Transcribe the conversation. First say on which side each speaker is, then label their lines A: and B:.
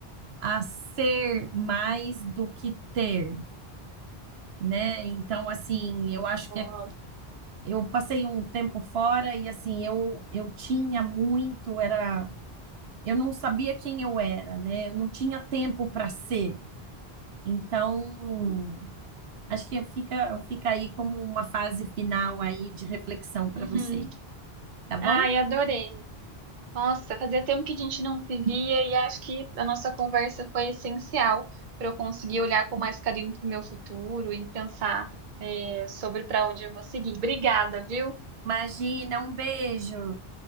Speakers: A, on the right (about 75°); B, on the right (about 50°).
A: a ser mais do que ter, né? Então, assim, eu acho que
B: Uau.
A: é- eu passei um tempo fora e, assim, eu, eu tinha muito, era. Eu não sabia quem eu era, né? Eu não tinha tempo para ser. Então, Acho que fica, fica aí como uma fase final aí de reflexão para
B: Uhum.
A: você, tá bom?
B: Ai, adorei. Nossa, fazia tempo que a gente não se via e acho que a nossa conversa foi essencial para eu conseguir olhar com mais carinho para o meu futuro e pensar, eh, sobre para onde eu vou seguir. Obrigada, viu?
A: Imagina, um beijo.